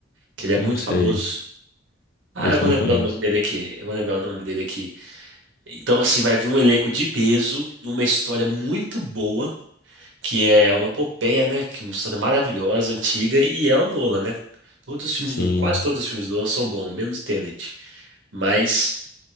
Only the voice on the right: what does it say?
que ele é
muito
famoso. Ah,
eu vou
lembrar
o nome dele aqui. Eu vou lembrar o nome dele aqui. Então, assim, vai vir um elenco de peso, numa história muito boa, que é uma epopeia, né? Que é uma história maravilhosa, antiga, e é o Nolan, né? Todos os filmes
do, quase todos os filmes do Nolan são bons, menos Tenet. Mas